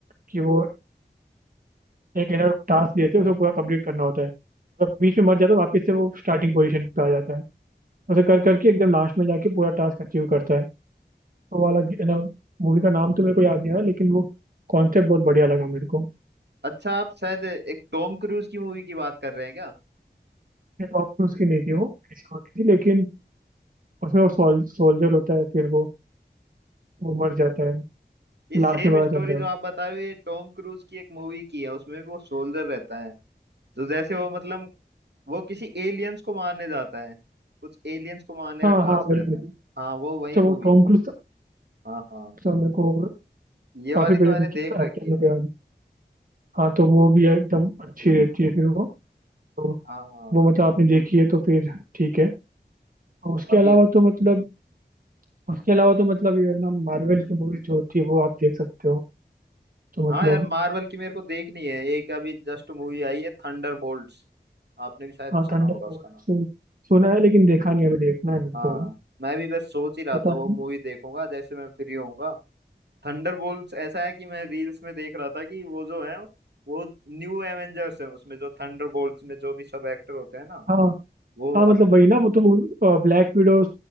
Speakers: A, on the right; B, on the right.
A: कि वो एक है ना टास्क देते हैं उसको पूरा कंप्लीट करना होता है मतलब बीच में मर जाता है वापस से वो स्टार्टिंग पोजीशन पे आ जाता है ऐसा कर करके एकदम लास्ट में जाके पूरा टास्क अचीव करता है तो वाला है ना मूवी का नाम तो मेरे को याद नहीं आ रहा लेकिन वो कॉन्सेप्ट बहुत बढ़िया लगा मेरे को
B: अच्छा आप शायद एक टॉम क्रूज की मूवी की बात कर रहे हैं क्या
A: टॉम क्रूज की नहीं थी वो किसी और की थी लेकिन उसमें वो सोल, सोल्जर होता है फिर वो वो मर जाता है फिर
B: ये सेम
A: लास्ट में पता
B: स्टोरी
A: चलता है
B: जो
A: उसको
B: आप बता रहे हो ये टॉम क्रूज की एक मूवी की है उसमें भी वो सोल्जर रहता है तो जैसे वो मतलब वो किसी एलियंस को मारने जाता है कुछ एलियंस को मारने का
A: हाँ
B: टास्क
A: हाँ वही
B: रहता
A: वाली
B: है हाँ वो
A: अच्छा
B: वही मूवी
A: वो टॉम
B: है
A: क्रूज था
B: हाँ हाँ
A: अच्छा, मेरे को
B: ये वाली
A: काफी पहले
B: तो मैंने
A: देखी
B: देख
A: तो
B: रखी
A: एक्टर
B: है
A: मेरे को याद नहीं। हाँ तो वो भी एकदम अच्छी रहती है फिर वो तो
B: हाँ हाँ
A: वो मतलब आपने देखी है तो फिर ठीक है और
B: वो
A: उसके
B: काफी
A: अलावा
B: अच्छा
A: तो मतलब उसके अलावा तो मतलब ये है ना मार्वल की मूवी जो होती है वो आप देख सकते हो तो
B: हाँ
A: मतलब
B: यार मार्वल की मेरे को देखनी है एक अभी जस्ट मूवी आई है थंडर बोल्ट्स आपने भी शायद
A: हाँ
B: सुना
A: थंडरबोल्ट
B: होगा उसका नाम
A: सुना है लेकिन देखा नहीं अभी देखना है मेरे
B: हाँ
A: को
B: मैं भी बस सोच ही रहा
A: पता
B: था वो
A: नहीं
B: मूवी देखूंगा जैसे मैं फ्री होऊंगा थंडर बोल्ट्स ऐसा है कि मैं रील्स में देख रहा था कि वो जो है वो न्यू एवेंजर्स है उसमें जो थंडर बोल्ट्स में जो भी सब एक्टर होते हैं ना
A: हाँ
B: वो
A: हाँ
B: अपनी
A: मतलब वही ना वो तो ब्लैक विडो